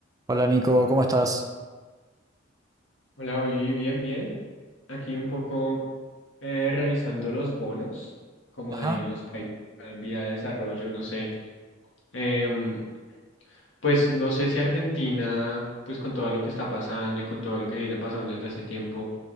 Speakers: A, on the right (about 20°); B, on the left (about 85°).
A: Hola Nico, ¿cómo estás?
B: Hola, Oli, bien, bien. Aquí un poco eh, revisando los bonos, como
A: Ajá.
B: de los países en vía de desarrollo, no sé. Em, pues no sé si Argentina, pues con todo lo que está pasando y con todo lo que viene pasando desde hace tiempo,